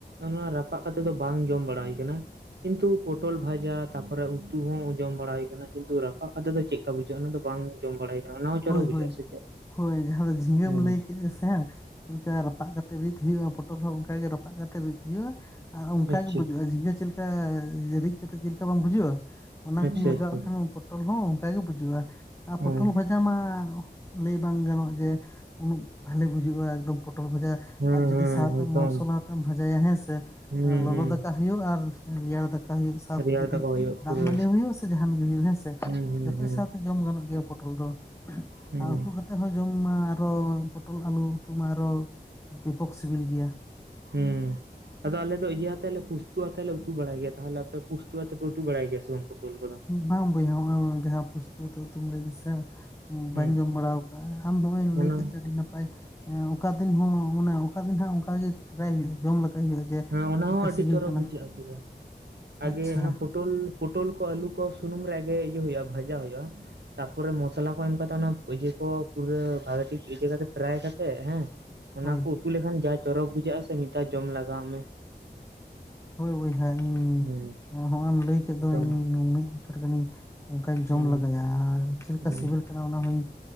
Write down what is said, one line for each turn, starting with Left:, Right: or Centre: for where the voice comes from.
Right: ᱚᱱᱟ ᱨᱟᱯᱟᱜ ᱠᱟᱛᱮᱜ ᱫᱚ ᱵᱟᱝ ᱡᱚᱢ ᱵᱟᱲᱟ ᱦᱩᱭ ᱠᱟᱱᱟ ᱠᱤᱱᱛᱩ ᱯᱚᱴᱚᱞ ᱵᱷᱟᱡᱟ ᱛᱟᱯᱚᱨᱮ ᱩᱛᱩ ᱦᱚᱸ ᱡᱚᱢ ᱵᱟᱲᱟ ᱦᱩᱭ ᱠᱟᱱᱟ ᱠᱤᱱᱛᱩ ᱨᱟᱯᱟᱜ ᱠᱟᱛᱮᱜ ᱫᱚ ᱪᱮᱫ ᱞᱮᱠᱟ ᱵᱩᱡᱷᱟᱹᱜ ᱚᱱᱟ ᱫᱚ ᱵᱟᱝ ᱡᱚᱢ ᱵᱟᱲᱟ ᱦᱩᱭ ᱠᱟᱱᱟ ᱚᱱᱟ ᱦᱚᱸ ᱪᱚᱨᱚᱠ
Left: ᱦᱳᱭ ᱦᱳᱭ
Right: ᱵᱩᱡᱷᱟᱹᱜᱼᱟ ᱥᱮ ᱪᱮᱫ
Left: ᱦᱳᱭ ᱡᱟᱦᱟᱸ ᱫᱚ ᱡᱷᱤᱸᱜᱟᱹᱢ
Right: ᱦᱩᱸ
Left: ᱞᱟᱹᱭ ᱠᱮᱜ ᱪᱮᱫ ᱟᱥᱮ ᱵᱟᱝ ᱪᱮᱫ ᱞᱮᱠᱟ ᱨᱟᱯᱟᱜ ᱠᱟᱛᱮᱜ ᱨᱤᱫ ᱦᱩᱭᱩᱜᱼᱟ ᱯᱚᱴᱚᱞ ᱦᱚᱸ ᱚᱱᱠᱟ ᱜᱮ ᱨᱟᱯᱟᱜ ᱠᱟᱛᱮᱜ ᱨᱤᱫ ᱦᱩᱭᱩᱜᱼᱟ ᱟᱨ ᱚᱱᱠᱟ
Right: ᱟᱪᱪᱷᱟ
Left: ᱜᱮ ᱵᱩᱡᱩᱜᱼᱟ ᱡᱷᱤᱸᱜᱟᱹ ᱪᱮᱫ ᱞᱮᱠᱟ ᱨᱤᱫ ᱠᱟᱛᱮᱜ ᱵᱟᱝ ᱵᱩᱡᱷᱟᱹᱜᱼᱟ ᱚᱱᱟ
Right: ᱟᱪᱪᱷᱟ
Left: ᱠᱚᱢ ᱞᱟᱜᱟᱣ
Right: ᱟᱪᱪᱷᱟ
Left: ᱠᱷᱟᱱ ᱯᱚᱴᱚᱞ ᱦᱚᱸ ᱚᱱᱠᱟᱜ ᱜᱮ ᱵᱩᱡᱷᱩᱜᱼᱟ᱾
Right: ᱦᱩᱸ
Left: ᱯᱚᱴᱚᱞ ᱵᱷᱟᱡᱟ ᱢᱟ ᱞᱟᱹᱭ ᱵᱟᱝ ᱜᱟᱱᱚᱜ ᱡᱮ ᱩᱱᱟᱹᱜ ᱵᱷᱟᱞᱮ ᱵᱩᱡᱩᱜᱼᱟ ᱮᱠᱫᱚᱢ ᱯᱚᱴᱚᱞ ᱵᱷᱟᱡᱟ
Right: ᱦᱩᱸ
Left: ᱟᱨ ᱡᱩᱫᱤ
Right: ᱦᱩᱸ
Left: ᱥᱟᱶᱛᱮ
Right: ᱮᱠᱫᱚᱢ
Left: ᱢᱚᱥᱞᱟ ᱛᱮᱢ ᱵᱷᱟᱡᱟᱭᱟ ᱦᱮᱸ ᱥᱮ
Right: ᱦᱩᱸ
Left: ᱞᱚᱞᱚ
Right: ᱦᱩᱸ
Left: ᱫᱟᱠᱟ ᱦᱩᱭᱩᱜ ᱟᱨ ᱨᱮᱭᱟᱲ ᱫᱟᱠᱟ ᱦᱩᱭᱩᱜ ᱥᱟᱶᱛᱮ
Right: ᱨᱮᱭᱟᱲ
Left: ᱡᱩᱫᱤ
Right: ᱫᱟᱠᱟ ᱦᱩᱭᱩᱜ
Left: ᱫᱟᱜ
Right: ᱯᱩᱨᱟᱹ
Left: ᱢᱟᱹᱰᱤ ᱦᱩᱭᱩᱜ ᱥᱮ ᱡᱟᱦᱟᱱ ᱜᱮ ᱦᱩᱭᱩᱜ ᱦᱮᱸᱥᱮ
Right: ᱦᱩᱸ ᱦᱩᱸ
Left: ᱡᱚᱛᱚᱡ
Right: ᱦᱩᱸ
Left: ᱥᱟᱶᱛᱮ ᱡᱚᱢ ᱜᱟᱱᱚᱜ ᱜᱮᱭᱟ ᱯᱚᱴᱚᱞ ᱫᱚ
Right: ᱦᱩᱸ
Left: ᱟᱨ ᱩᱛᱩ ᱠᱟᱛᱮᱜ ᱛᱮᱦᱚᱸ ᱡᱚᱢ ᱟᱨᱚᱚ ᱯᱚᱴᱚᱞ ᱟᱞᱩ ᱩᱛᱩ ᱢᱟ ᱟᱨᱚ ᱵᱮᱯᱚᱠ ᱥᱤᱵᱤᱞ ᱜᱮᱭᱟ᱾
Right: ᱦᱩᱸ ᱟᱫᱚ ᱟᱞᱮ ᱫᱚ ᱤᱭᱟᱹ ᱟᱛᱮᱜ ᱞᱮ ᱯᱩᱥᱛᱩ ᱟᱛᱮᱜ ᱞᱮ ᱩᱛᱩ ᱵᱟᱲᱟᱭ ᱜᱮᱭᱟ ᱛᱟᱦᱚᱞᱮ ᱟᱯᱮ ᱯᱩᱥ ᱛᱩ ᱟᱛᱮᱜ ᱯᱮ ᱩᱛᱩ ᱵᱟᱲᱟᱭ ᱜᱮᱭᱟ ᱥᱮ ᱵᱟᱝ ᱯᱚᱴᱚᱞ ᱠᱚᱫᱚ?
Left: ᱵᱟᱝ ᱵᱚᱭᱦᱟ ᱦᱟᱸᱜᱼᱚᱭ ᱡᱟᱦᱟᱸ ᱯᱚᱥᱛᱩ ᱚᱛᱮᱜ ᱩᱛᱩᱢ ᱞᱟᱹᱭ ᱫᱟᱥᱮ
Right: ᱦᱩᱸ
Left: ᱵᱟᱹᱧ ᱡᱚᱢ ᱵᱟᱲᱟᱣ ᱠᱟᱜᱼᱟ ᱟᱢ ᱱᱚᱜᱼᱚᱭ ᱮᱢ
Right: ᱚᱱᱟ
Left: ᱞᱟᱹᱭ ᱠᱮᱫ ᱛᱮ ᱟᱹᱰᱤ ᱱᱟᱯᱟᱭ ᱚᱠᱟ ᱫᱤᱱ ᱦᱚᱸ ᱚᱱᱮ ᱚᱠᱟ ᱫᱤᱱ ᱜᱮ ᱚᱱᱠᱟᱜᱮ ᱴᱮᱨᱟᱭ ᱦᱩᱭᱩᱜᱼᱟ ᱡᱚᱢ ᱞᱮᱠᱟᱭ ᱦᱩᱭᱩᱜᱼᱟ᱾ ᱡᱮ
Right: ᱦᱮᱸ ᱚᱱᱟ
Left: ᱪᱮᱫ ᱞᱮᱠᱟ
Right: ᱦᱚᱸ ᱟᱹᱰᱤ
Left: ᱥᱤᱵᱤᱞ
Right: ᱪᱚᱨᱚᱠ
Left: ᱠᱟᱱᱟ
Right: ᱵᱩᱡᱷᱟᱹᱜ ᱯᱩᱨᱟᱹ ᱟᱜᱮ
Left: ᱟᱪᱪᱷᱟ
Right: ᱚᱱᱟ ᱯᱚᱴᱚᱞ ᱯᱚᱴᱚᱞ ᱠᱚ ᱟᱹᱞᱩ ᱠᱚ ᱥᱩᱱᱩᱢ ᱨᱮ ᱟᱜᱮ ᱤᱭᱟᱹ ᱦᱩᱭᱩᱜᱼᱟ ᱵᱷᱟᱡᱟ ᱦᱩᱭᱩᱜᱼᱟ᱾ ᱛᱟᱯᱚᱨᱮ ᱢᱚᱥᱞᱟ ᱠᱚ ᱮᱢ ᱠᱟᱛᱮᱜ ᱚᱱᱟ ᱤᱭᱟᱹ ᱠᱚ ᱯᱩᱨᱟᱹ ᱵᱷᱟᱜᱤ ᱴᱷᱤᱠ ᱤᱭᱟᱹ ᱠᱟᱛᱮ ᱯᱷᱨᱟᱭ ᱠᱟᱛᱮᱜ ᱦᱮᱸ ᱚᱱᱟ
Left: ᱦᱳᱭ
Right: ᱠᱚ ᱩᱛᱩ ᱞᱮᱠᱷᱟᱱ ᱡᱟ ᱪᱚᱨᱚᱠ ᱵᱩᱡᱷᱟᱹᱜᱼᱟ ᱥᱮ ᱢᱤᱫ ᱫᱷᱟᱣ ᱡᱚᱢ ᱞᱟᱜᱟᱣ ᱢᱮ
Left: ᱦᱳᱭ ᱵᱚᱭᱦᱟ ᱤᱧ
Right: ᱦᱮᱸ
Left: ᱱᱚᱜᱼᱚᱭ ᱮᱢ ᱞᱟᱹᱭ ᱠᱮᱫ
Right: ᱮᱠᱫᱚᱢ
Left: ᱫᱚ ᱤᱧ ᱢᱤᱫ ᱪᱷᱚᱴ ᱜᱟᱱᱤᱧ ᱚᱱᱠᱟᱧ ᱡᱚᱢ
Right: ᱦᱩᱸ
Left: ᱞᱮᱜᱟᱭᱟ ᱟᱨ ᱪᱮᱫᱠᱟ
Right: ᱦᱩᱸ
Left: ᱥᱤᱵᱤᱞ ᱚᱱᱟ ᱦᱚᱸᱧ